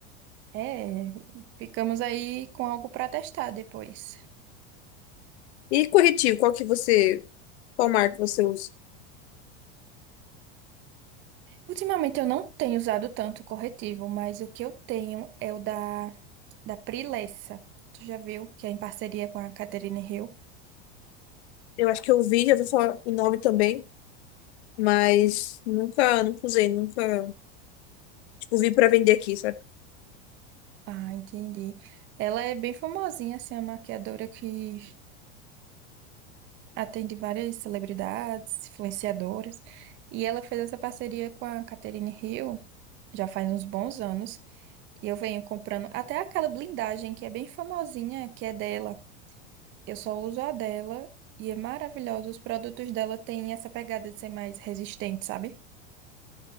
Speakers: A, on the right; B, on the left.
A: É, ficamos aí com algo para testar depois.
B: E corretivo, qual que você, qual marca você usa?
A: Ultimamente eu não tenho usado tanto corretivo, mas o que eu tenho é o da, da Prilessa. Tu já viu que é em parceria com a Catherine Hill?
B: Eu acho que eu vi, já vou falar o nome também. Mas nunca, nunca usei, nunca, tipo, vi pra vender aqui, sabe?
A: Ah, entendi. Ela é bem famosinha, assim, a maquiadora que atende várias celebridades, influenciadoras, e ela fez essa parceria com a Catherine Hill já faz uns bons anos, e eu venho comprando até aquela blindagem que é bem famosinha, que é dela. Eu só uso a dela e é maravilhosa. Os produtos dela têm essa pegada de ser mais resistente, sabe?